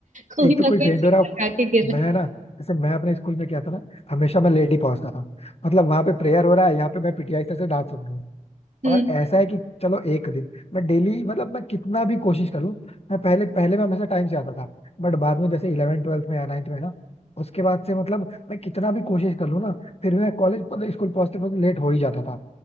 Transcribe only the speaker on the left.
एक तो
कोई
फेंट
हो रहा है,
मैं ना जैसे मैं अपने स्कूल में क्या था ना हमेशा मैं लेट ही पहुंचता था मतलब वहां पे प्रेयर हो रहा है यहाँ पे मैं पीटीआई सर से डांट सुन रहा हूँ
और ऐसा है कि चलो एक दिन मैं डेली मतलब मैं कितना भी कोशिश कर लूं मैं पहले पहले मैं हमेशा टाइम से आता था बट बाद में जैसे इलेवन ट्वेल्थ में या नाइन्थ में ना उसके बाद से मतलब मैं कितना भी कोशिश कर लूं ना फिर मैं कॉलेज मतलब स्कूल पहुंचते पहुंचते लेट हो ही जाता था